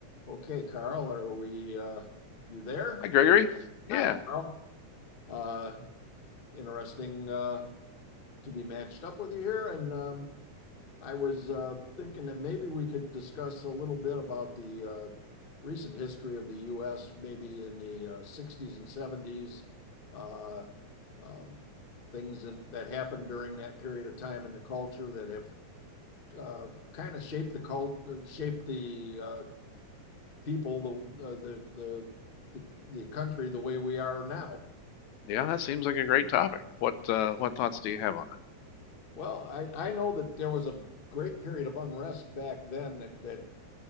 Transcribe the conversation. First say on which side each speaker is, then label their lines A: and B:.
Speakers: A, on the left; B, on the left.
A: Okay, Carl, are we, uh, you there?
B: Hi, Gregory. Yeah,
A: Hi, Carl. Uh, interesting, uh, to be matched up with you here. And, um, I was, uh, thinking that maybe we could discuss a little bit about the, uh, recent history of the U.S., maybe in the, uh, 60s and 70s, uh, uh, things in, that happened during that period of time in the culture that have, uh, kind of shaped the cult, uh, shaped the, uh, people, the the the the, the country the way we are now.
B: yeah, that seems like a great topic. What uh, what thoughts do you have on that?
A: Well, I, I know that there was a great period of unrest back then that that